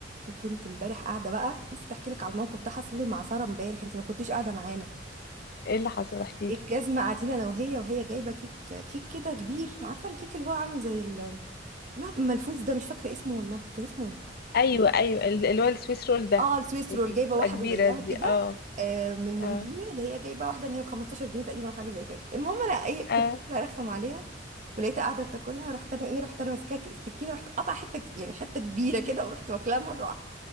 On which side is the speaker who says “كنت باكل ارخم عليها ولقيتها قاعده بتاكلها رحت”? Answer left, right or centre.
Right